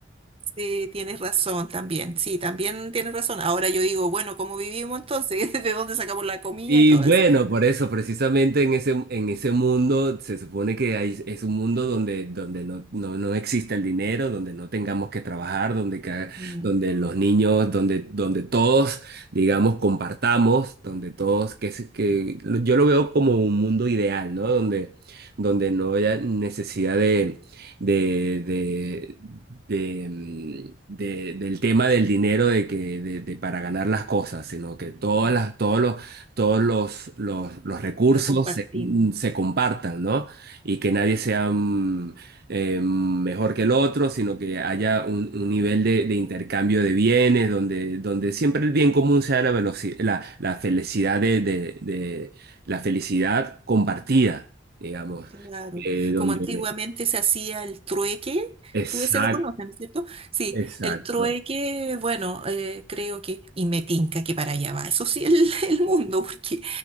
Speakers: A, on the right; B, on the right.
A: sí, tienes razón también. Sí, también tienes razón. Ahora yo digo, bueno, ¿cómo vivimos entonces? <laughs> ¿De dónde sacamos la comida
B: Y
A: y todo eso?
B: bueno, por eso, precisamente en ese, en ese mundo, se supone que hay, es un mundo donde, donde no, no, no existe el dinero, donde no tengamos que trabajar, donde, que-
A: Mm,
B: donde los niños, donde, donde todos, digamos, compartamos, donde todos, que, se- que lo- yo lo veo como un mundo ideal, ¿no? Donde, donde
A: mm,
B: no haya necesidad de, de, de, de, mm, de- del tema del dinero de que de, de para ganar las cosas, sino que todas
A: mm.
B: las todos los todos los, los, los recursos
A: Lo compartimos.
B: se, mm, se compartan, ¿no? Y que nadie sea mm, eh, mejor que el otro, sino que haya un, un nivel de, de intercambio de bienes, donde, donde siempre el bien común sea la veloci- la, la felicidad de, de- de- la felicidad compartida, digamos,
A: Claro,
B: eh, donde...
A: como antiguamente se hacía el trueque,
B: Exacto,
A: tú ese lo conoces, ¿no es cierto? Sí,
B: exacto.
A: el trueque, bueno, eh, creo que, y me tinca que para allá va, eso sí, el, <laughs> el mundo, porque